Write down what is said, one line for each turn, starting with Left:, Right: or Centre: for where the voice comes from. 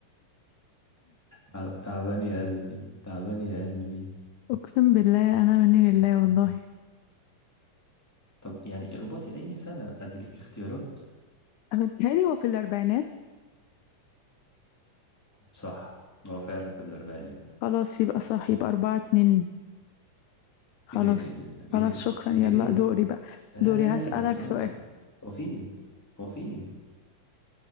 Centre: تعب- تعبان يا قلبي تعبان يا قلبي
Left: اقسم بالله انا مني لله والله
Centre: طب يعني اخبطي أي سنة أديلك اختيارات
Left: أنا بيتهيألي هو في الاربعينات
Centre: صح هو فعلا في الأربعينات
Left: خلاص يبقى صح يبقى اربعة اتنين خلاص
Centre: ايه ده ايه ده ايه
Left: خلاص
Centre: ده
Left: شكرا يلا
Centre: ايه ده ايه ده ايه ده
Left: دوري بقى
Centre: لا
Left: دوري هسألك
Centre: لا لا لا لا، ثواني
Left: سؤال
Centre: ثواني هو في ايه هو في ايه